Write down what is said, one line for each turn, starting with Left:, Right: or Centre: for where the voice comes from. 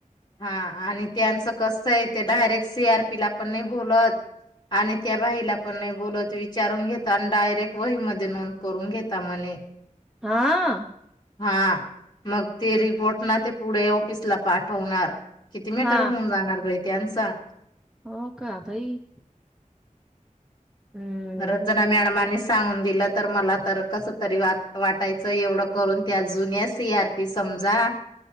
Left: हा आणि त्यांचं कस आहे, ते डायरेक्ट सी. आर. पीला पण नाही बोलवत, आणि त्या बाईला पण नाही बोलवत विचारून घेता आणि डायरेक्ट वही मध्ये नोंद करून घेता म्हणे.
Centre: हां.
Left: हां. मग ते रिपोर्ट ना ते पुढे ऑफिसला पाठ ठवणार. किती मिटर
Centre: हा
Left: होऊन जाणार बाई त्यांचा
Centre: हो का बाई? हम्म.
Left: परत जरा मॅडमांनी सांगून दिलं तर मला तर कसंतरी व वाटायचं एवढं करून त्या जुन्या सी आर पी समजा